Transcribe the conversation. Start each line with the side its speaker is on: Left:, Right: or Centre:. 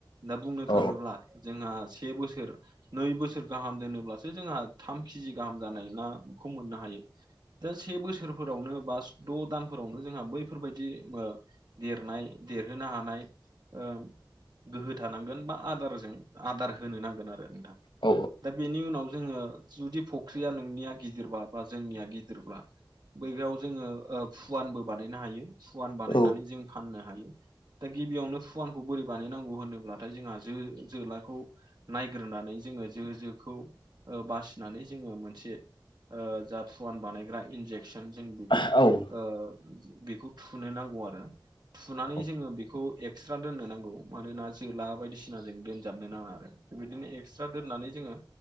Right: दा बुंनो
Left: औ
Right: थाङोब्ला जोंहा से बोसोर नै बोसोर गाहाम दोनोब्लासो जोंहा थाम केजि गाहाम जानाय नाखौ मोननो हायो। दा से बोसोरफोरावनो बा द' दानफोरावनो जोंहा ओ बैफोरबायदि देरनाय देरहोनो हानाय ओ गोहो थानांगोन बा आदारजों आदार होनो नांगोन आरो।
Left: औ
Right: दा बेनि उनाव जोङो। जुदि फख्रिया नोंनिया गिदिरब्ला बा जोंनिया गिदिरब्ला बै बेयाव जोङो फुवानबो बानायनो हायो फुवान बानायनानै
Left: औ
Right: जों फाननो हायो दा गिबियावनो फुवानखौ बोरै बानायनांगौ होनोब्लाथाय जोंहा जो जोलाखौ नायग्रोनानै जोङो जो जोखौ ओ बासिनानै जोङो मोनसे ओ जा फुवान बानायग्रा इनजेकसन जों बेखौ
Left: औ
Right: ओ बेखौ थुनो नांगौ आरो थुनानै
Left: औ
Right: जोङो बेखौ एक्सट्रा दोननो नांगौ मानोना जोला बायदिसिना जों दोनजाबनो नाङा आरो बिदिनो एक्सट्रा दोननानै जोङो